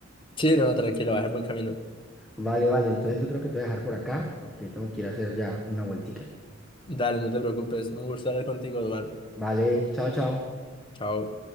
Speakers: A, on the left (about 25°); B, in the centre.
A: Sí, no, tranquilo, vas en buen camino.
B: Vale, vale, entonces yo creo que te voy a dejar por acá porque tengo que ir a hacer ya una vueltica.
A: Dale, no te preocupes. Un gusto hablar contigo, Duan.
B: Vale, chao, chao.
A: Chao.